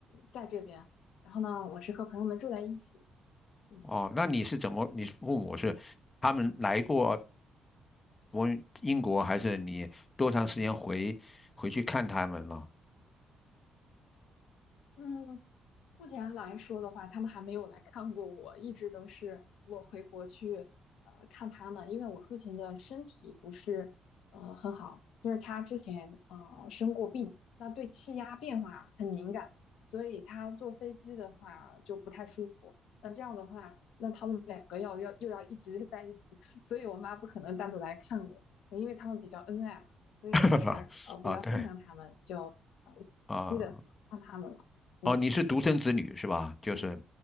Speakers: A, on the left; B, on the left.
A: 在这边，然后呢，我是和朋友们住在一起。嗯
B: 哦，那你是怎么？你父母是他们来过国英国，还是你多长时间回回去看他们呢？
A: 嗯，目前来说的话，他们还没有来看过我，一直都是我回国去呃看他们，因为我父亲的身体不是呃很好，就是他之前嗯呃生过病，那对气压变化很敏感，所以他坐飞机的话就不太舒服。那这样的话，那他们两个要要又要一直在一起，<laughs> 所以我妈不可能单独来看我，因为他们比较恩爱嘛，所以就是呃比较心疼他们，
B: <laughs> 啊，对
A: 就呃定期的看他们了。
B: 啊。
A: 嗯，
B: 哦，你是独生子女是吧？就是
A: 对，